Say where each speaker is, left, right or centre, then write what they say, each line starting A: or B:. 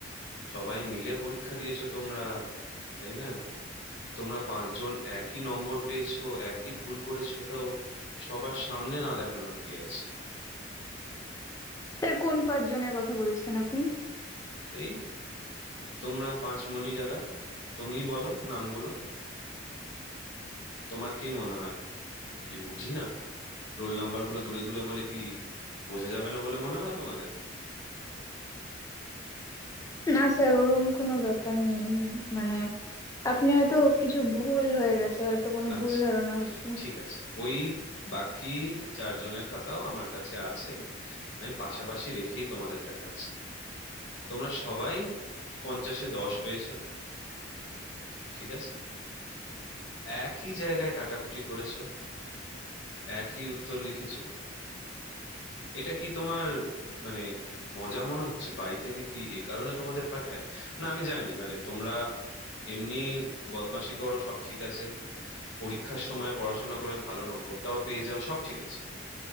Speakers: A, on the left; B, on the left.
A: সবাই মিলে পরীক্ষা দিয়েছো তোমরা তাই না তোমরা পাঁচজন একই নম্বর পেয়েছো একই ভুল করেছো তাও সবার সামনে না দেখানোর কি আছে
B: স্যার কোন পাঁচজনের কথা বলছেন আপনি
A: এই তোমরা পাঁচমণি যারা তুমিই বলো নামগুলো তোমার কি মনে হয় কিছু বুঝি না রোল নাম্বার গুলো দূরে দূরে বলে কি বোঝা যাবে না বলে মনে হয় তোমাদের
B: না স্যার ওরকম কোনো ব্যাপার নেই মানে আপনি হয়তো কিছু ভুল হয়ে গেছে হয়তো কোনো
A: আচ্ছা
B: ভুল ধারণা হচ্ছে
A: ঠিক আছে ওই বাকি চারজনের খাতাও আমার কাছে আছে আমি পাশাপাশি রেখেই তোমাদের দেখাচ্ছি তোমরা সবাই পঞ্চাশে দশ পেয়েছো ঠিক আছে একই জায়গায় কাটাকুটি করেছো একই উত্তর লিখেছো এটা কি তোমার মানে মজা মনে হচ্ছে বাড়ি থেকে কি এই কারণে তোমাদের পাঠায় না আমি জানি মানে তোমরা এমনি বদমাশি করো সব ঠিক আছে পরীক্ষার সময় পড়াশোনা করে ভালো নম্বরটাও পেয়ে যাও সব ঠিক আছে